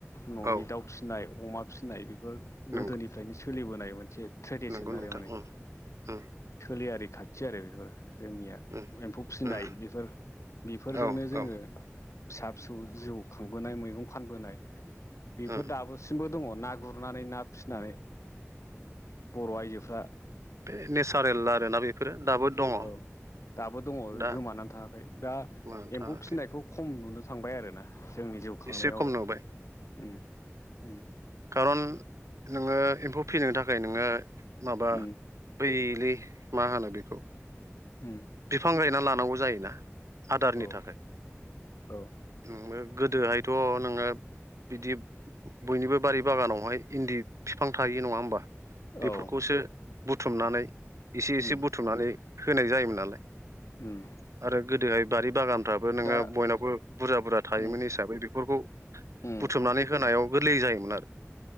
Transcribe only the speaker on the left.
न'नि
दाउ फिसिनाय अमा फिसिनाय बेफोर गोदोनिफ्रायनो
सोलिबोनाय मोनसे ट्रेडिसन
आरो
माने
सोलियारि खाथि आरो बेफोरो। जोंनिया
एम्फौ फिसिनाय
बेफोर बेफोरजोंनो
जोङो
फिसा फिसौ जिउ खांबोनाय मैगं फानबोनाय बेफोर
दाबो सिमबो दङ ना गुरनानै ना फिसिनानै बर' आयजोफ्रा
औ दाबो दङ
गोमानानै थाङाखै दा
एम्फौ फिसिनायखौ खम नुनो थांबाय आरो ना। जोंनि जिउ खांनायाव
उम उम
उम
उम
औ
औ
औ
उम
उम
दा
उम
उम